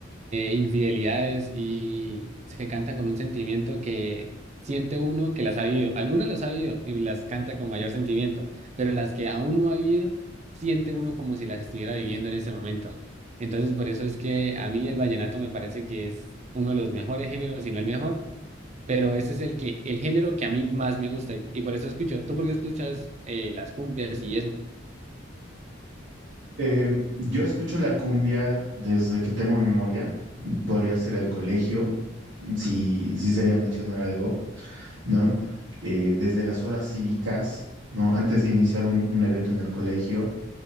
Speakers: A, on the right; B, on the right.
A: infidelidades y se cantan con un sentimiento que siente uno que las ha vivido Algunas las ha vivido y las canta con mayor sentimiento, pero las que aún no ha vivido siente uno como si las estuviera viviendo en ese momento. Entonces, por eso es que a mí el vallenato me parece que es uno de los mejores géneros, si no el mejor, pero ese es el que, el género que a mí más me gusta y, y por eso escucho. ¿Tú por qué escuchas eh, las cumbias y eso?
B: Eh, yo escucho la cumbia desde que tengo memoria, podría ser el colegio, si, si sería mencionar algo, ¿no? Eh, desde las horas cívicas, ¿no? Antes de iniciar un, un evento en el colegio,